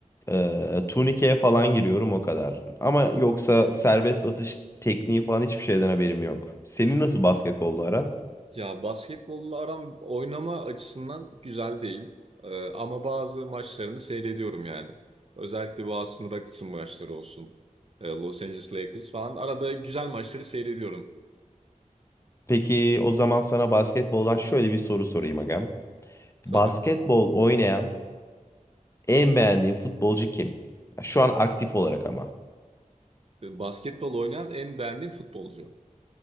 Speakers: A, on the left; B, on the right.
A: e, turnikeye falan giriyorum o kadar. Ama yoksa serbest atış tekniği falan hiçbir şeyden haberim yok. Senin nasıl basketbolla aran?
B: Ya basketbolla aram oynama açısından güzel değil. Ee, ama bazı maçlarını seyrediyorum yani. Özellikle bu House'un Rockets'ın maçları olsun. Ee, Los Angeles Lakers falan. Arada güzel maçları seyrediyorum.
A: Peki o zaman sana basketboldan şöyle bir soru sorayım agam.
B: Tabii.
A: Basketbol oynayan en beğendiğin futbolcu kim? Şu an aktif olarak ama.
B: Ee, Basketbol oynayan en beğendiğim futbolcu.